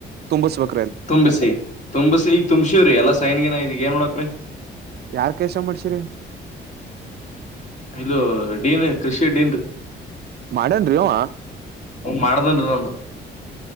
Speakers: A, on the right (about 55°); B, on the left (about 40°).
A: ತುಂಬುಸಬೇಕ.
B: ತುಂಬಿಸಿ ತುಂಬಸಿ ಈಗ ತುಂಬಶ್ವೆರೀ ಎಲ್ಲಸ. ಟೈನಿಗೆನ ಇದ ಏನ್ ಮಾಡೋಕ್ರೀ.
A: ಯಾರ್ ಕೆಸಅ ಮಾಡ್ಸಿರಿ.
B: ಇಲ್ಲೊ ಡೀ ಎನ್ ಎ ಕ್ರಿಷ್. ತ್ತಿಡೆಂಡ್ರಿ.
A: ಮಾಡ್ಯಾನ್ರಿ ಇವಾ.
B: ಮಾಡದಾನ್ರಿ ನಮ್ದು.